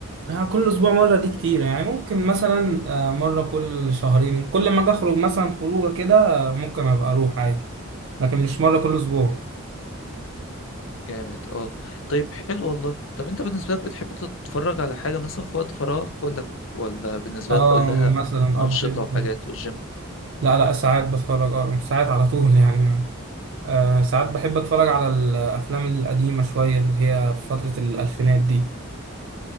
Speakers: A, on the right; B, on the left.
A: آه، كل اسبوع مره دي كتير يعني ممكن مثلا آه، مره كل شهرين كل ما اجي اخرج مثلا خروجه كده آه، ممكن ابقى اروح عادي لكن مش مره كل اسبوع
B: جامد اه طيب حلو والله طب أنت بالنسبة لك بتحب تتفرج على حاجة مثلا في وقت فراغك ولا ولا بالنسبة
A: اه
B: لك كلها
A: مثلا اه
B: أنشطة
A: بحب
B: وحاجات والجيم
A: لا لا ساعات بتفرج اه مش ساعات على طول <laughs> يعني آه ساعات بحب اتفرج على الافلام القديمه شويه اللي هي في فتره الالفينات دي